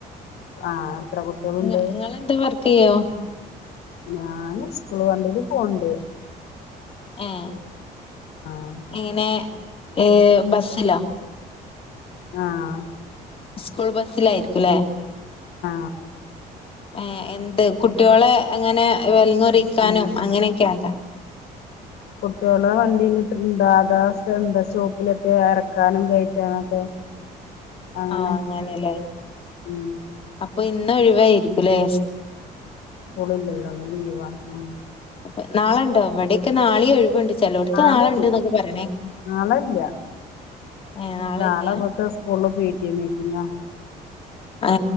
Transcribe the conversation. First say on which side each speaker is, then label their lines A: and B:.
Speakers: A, on the left (about 75°); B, on the left (about 35°).
A: ആഹ് കുട്ടികളുണ്ട്
B: ങ്ങ ങ്ങൾ ന്താവർക്കയ്യോ.
A: ഞാന് ഉസ്കൂള് വണ്ടില് പോണ്ട്.
B: ഏ
A: ആഹ്
B: എങ്ങനെ ഏ ബസ്സിലൊ.
A: ആഹ്
B: ഉസ്കൂൾ ബസ്സിലായിരിക്കും ലേ.
A: ആ
B: ഏ എന്ത് കുട്ട്യോളെ അങ്ങനെ വെലങ്ങുറിക്കാനും
A: ഉം
B: അങ്ങനെയൊക്കെയനൊ.
A: കുട്ട്യോളെ വണ്ടീലിട്ടെന്താ. ന്താ സ്റ്റോപ്പിലെത്തിയാ എറക്കാനും കേറ്റാനൊക്കെ. അങ്ങനെ
B: ആഹ് അങ്ങനെല്ലേ
A: ഉം
B: അപ്പൊ ഇന്ന ഒഴിവായിയിരിക്കുംല്ലേ?
A: സ്കൂൾ ഇല്ലല്ലോ ലീവാ ഉ
B: അപ്പൊ നാളണ്ടോ ഇവിടെയൊക്കെ നാളിയെ ഒഴിവുണ്ട് ചെലോടത്ത്
A: നാളല്ല
B: നാളെണ്ട് എന്നൊക്കെ പറയണേ
A: നാളല്ല
B: ഏഹ് നാളെല്ല്യ
A: നാളെ ബ്ടത്തെ സ്കൂള പിടിഎ മീറ്റിംഗ
B: ഏ